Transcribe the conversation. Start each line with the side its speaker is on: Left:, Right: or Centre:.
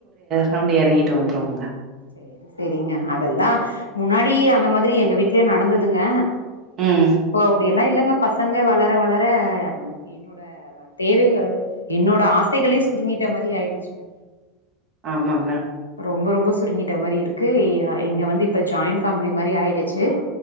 Right: ரௌண்டு எறங்கிட்டு வந்துருவோங்க
Left: சரி சரிங்க அதெல்லா முன்னாடி அந்த மாதிரி எங்க வீட்டிலேயே நடந்துதுங்க ஆ
Right: ம்
Left: இப்போ அப்டி இல் ல இல்லங்க பசங்க வளர வளர ம் என்னோட தேவைகள் என்னோட ஆசைகளே சுருங்கிட்ட மாதி ஆயிடுச்சுங்க
Right: ஆமாங்க
Left: ரொம்ப ரொம்ப சுருங்கிட்ட மாரி இருக்கு இ இங்க வந்து இப்ப ஜாயிண்ட் ஃபேமிலி மாரி ஆயிடுச்சு